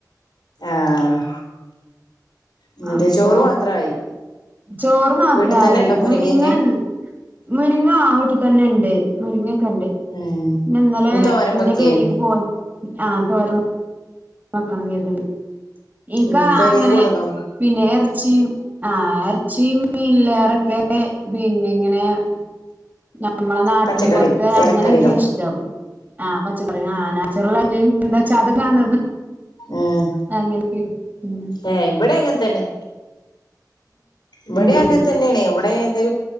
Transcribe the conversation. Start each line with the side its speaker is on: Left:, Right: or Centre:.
Left: ആഹ് എന്നിട്ട്
Right: അപ്പോ
Left: ചോറ് മാത്രായി
Right: ചോറ് മാത്രായി
Left: വീട്ടിൽ തന്നെ ഉണ്ടോ മുരിങ്ങൊക്കെ
Right: മുരിങ്ങ ഇൻ - മുരിങ്ങ ആവീട്ടിൽ തന്നെ ഇണ്ട് മുരിങ്ങ- ഇണ്ട് പിന്നെ
Left: ഏഹ്
Right: ഇന്നലെ
Left: ഇനി തോരൻ
Right: ഇന്റെ
Left: വെക്കേ
Right: പേരേക്ക് പോയ- ആഹ് തോരൻ വെക്കണം ഇനി ഏതേലും ഇൻക്ക്
Left: ഉം പെരീന്ന്
Right: അങ്ങനെ
Left: കൊണ്ടന്നു
Right: പിന്നെ എറച്ചീം ആഹ്- ചീനി മീന്ലേറക്കെ പിന്നെ ഇങ്ങനെ- നമ്മളെ നാട്ടിൻപൊറത്തെ
Left: പച്ചക്കറി ഇലക്കറികള്
Right: അങ്ങനൊക്കെയ ഇഷ്ട്ടം ആഹ് പച്ചക്കറി ആഹ് നാച്ചുറലായിട്ട് എന്താവെച്ചാ അതൊക്കെ-
Left: ആഹ്
Right: അങ്ങനെയൊക്കെയാണ് ഉം
Left: ഏഹ് ഇവിടെ അക്കെത്തന്നെ ഇവിടെ
Right: ഉം
Left: അങ്ങൻതന്നേയാണേ ഇവടെ എന്തേലും